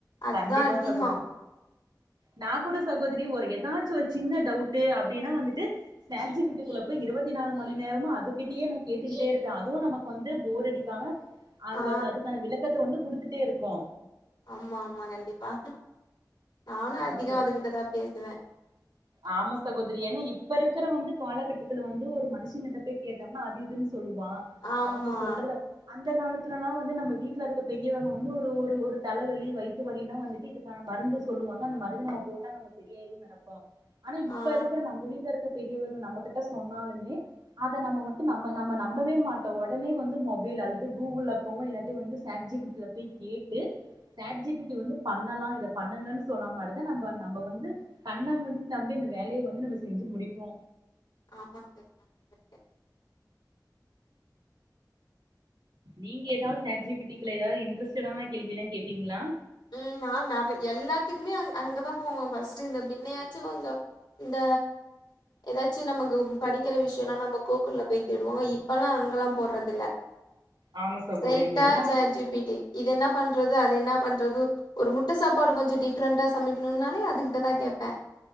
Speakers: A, on the left; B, on the right.
A: அதுதா
B: கண்டிப்பா
A: அதிகோ
B: சகோதரி நா கூட சகோதிரி ஒரு எதாச்சு ஒரு சின்ன டவுட்டு அப்டினா வந்துட்டு சாட் ஜி பி டீ குள்ள போய் இருவத்தி நாலு மணி நேரமு அதுகிட்டியே நா கேட்டுக்கிட்டே இருக்க அதுவு நமக்கு வந்து போர் அடிக்காம அது
A: ஆ
B: வது அதுக்கான விளக்கத்த வந்து குடுத்துட்டே இருக் கு
A: ஆமா ஆமா கண்டிப்பா நானு
B: ஆமா
A: அதிகமா அதுகிட்டதா பேசுவே
B: ஆமா சகோதிரி ஏனா இப்ப இருக்கிற வந்து காலகட்டத்துல வந்து ஒரு மனுஷன் கிட்டப்பேய் கேட்டம்னா அது இதுன் சொல்லுவா
A: ஆமா
B: அவங்க சொல்றத அந்த காலத் த்துலலா வந்து நம்ம வீட்ல இருக்க பெரியவங்க வந்து ஒரு ஒரு ஒரு தலவலி வய்த்து வலினா வந்துட்டு இதுக்கான மருந்து சொல்லுவாங்க அந்த மருந்து நம்ம போட்டா நம்ம சரியாய்ருனு நெனப்போ ஆனா இப்ப
A: ஆ
B: இருக்கிற நம்ப வீட்ல இருக்க பெரியவர்கள் நம்ப கிட்ட சொன்னாலுமே அத நம்ம மட்டு நம்ம நம்ம நம்பவே மாட்டோ ஒடனே வந்து மொபைல் அல்லது கூகுள்ல போவோ இல்லாட்டி வந்து சாட் ஜிபி டீ ல போய் கேட்டு சாட் ஜி பி டீ வந்து பண்ணலா இத பண்ணுங்கன்னு சொன்னா மாட்டுதா நம்ப நம்ப வந்து கண்ண மூடி நம்பி இந்த வேலைய வந்து நம்ம செஞ்சு முடிப்போ
A: ஆமாங்க சரிக்கா
B: நீங்க எதாவது சாட் ஜி பி டீ குள்ள எதாவது இன்டரஸ்டடான கேள்விலா கேப்பீங்ளா
A: ம் நா நெற எல்லாத்துக்குமே அ அங்கதா போவா ஃபஸ்ட்டு இந்த பின்னையாச்சு கொஞ்சோ இந்த எதாச்சு நமக்கு படிக்கிற விஷ்யென்னா நம்ம கூகுள்ல போய் தேடுவோ இப்பல்லா அங்கலா போறதில்ல
B: ஆமா சகோதரி
A: ஸ்ரைட்டா
B: எல்லா
A: சாட் ஜி பி டீ இது என்னா பண்றது அது என்ன பண்றது ஒரு முட்ட சாப்பாடு கொஞ்சோ டிஃப்ரெண்டா சமைக்கணும்னாலே அதுகிட்டதா கேப்பே